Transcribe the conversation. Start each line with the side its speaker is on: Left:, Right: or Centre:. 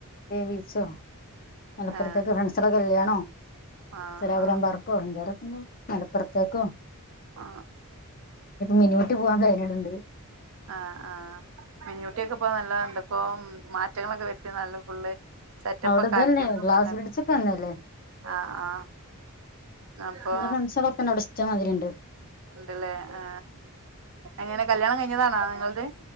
Left: ബീച്ചോ മലപ്പുറത്തേക്കെ
Right: ആ
Left: ഫ്രണ്ട്സ കല്യാണോ
Right: ആ
Left: സിരാപുരം
Right: ആ
Left: പാർക്കോ <unintelligible> ഹലോ മലപ്പുറത്തേക്കോ
Right: ആ
Left: മിനിഊട്ടി പോവാൻ കഴഞ്ഞിട്ണ്ട്
Right: ആ ആ ആ മിനിയൂട്ടിയൊക്കെ ഇപ്പോ നല്ല എന്തൊക്കോ മാറ്റങ്ങളൊക്കെ വർതി നല്ല ഫുള്ള് സെറ്റപ്പ്
Left: അവിട
Right: ഒക്കെ
Left: തല്ലേ
Right: ആക്കിയന്ന്
Left: ഗ്ലാസ്
Right: പറഞ്ഞ
Left: ബ്രിഡ്ജക്കെ നല്ലല്ലേ
Right: ആ ആ അപ്പൊ
Left: എന്റെ ഫ്രണ്ട്സൊക്കെപ്പ ഷ്ടമാതിരിണ്ട്
Right: ഉണ്ടല്ലേ ആ അങ്ങനെ കല്യാണം കയിഞ്ഞി ഞ്ഞതാണാ നിങ്ങൾത്